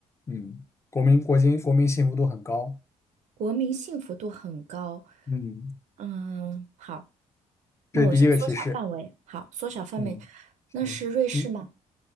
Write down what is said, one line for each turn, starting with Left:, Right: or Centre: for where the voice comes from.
Left: 嗯，国民国金国民幸福度很高，
Right: 国民幸福度很高。
Left: 嗯，
Right: 嗯，好，
Left: 这是第一个提示，
Right: 那我先缩小范围。好，缩小范围，
Left: 嗯，行嗯
Right: 那是瑞士吗？